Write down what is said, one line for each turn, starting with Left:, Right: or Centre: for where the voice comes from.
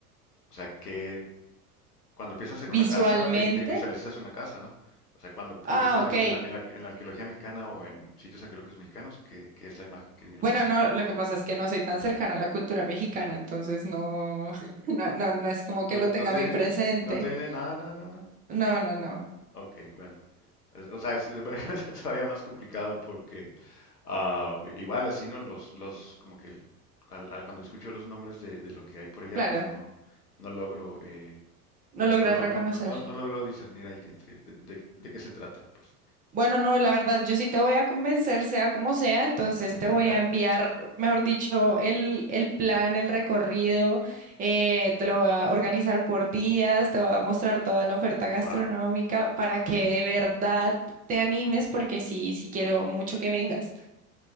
Left: O sea, que cuando piensas en
Right: Visualmente,
Left: una casa, te, te visualizas una casa, ¿no? O sea, cuando tú
Right: Ah,
Left: piensas en
Right: ok.
Left: la, en la, en la- en la arqueología mexicana o en sitios arqueológicos mexicanos, ¿qué, qué es la imagen que viene
Right: Bueno,
Left: a tu mente?
Right: no, lo que pasa es que no soy tan cercana a la cultura mexicana, entonces no, <laughs> no, no, no es como que
Left: ¿No,
Right: lo tenga
Left: no te
Right: muy
Left: vienen,
Right: presente.
Left: no te vienen nada, nada, nada? nada?
Right: No, no, no.
Left: Ok, bueno. Es- O sea, es, <laughs> bueno, <laughs> es todavía más complicado porque Ah, igual así, ¿no? Los, los, como que al- al- cuando escucho los nombres de, de lo que hay por allá,
Right: Claro,
Left: pues no, no logro, eh,
Right: no
Left: no,
Right: logras
Left: no logro,
Right: reconocer.
Left: no, no- no logro discernir ahí que entre de, de- de qué se trata, pues.
Right: Bueno, no, la verdad, yo sí te voy a convencer, sea como sea, entonces
Left: <laughs>
Right: te voy a enviar, mejor dicho, el, el plan, el recorrido, eh, te lo voy a organizar por días, te voy a mostrar toda la oferta gastronómica
Left: Wow.
Right: para que de verdad te animes, porque sí, sí quiero mucho que vengas.